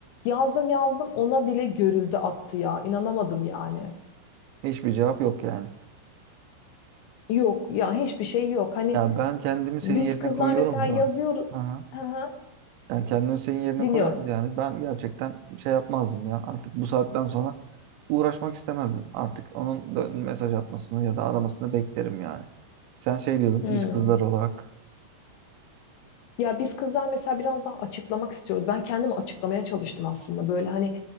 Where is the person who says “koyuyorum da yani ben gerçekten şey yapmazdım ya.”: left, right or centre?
Right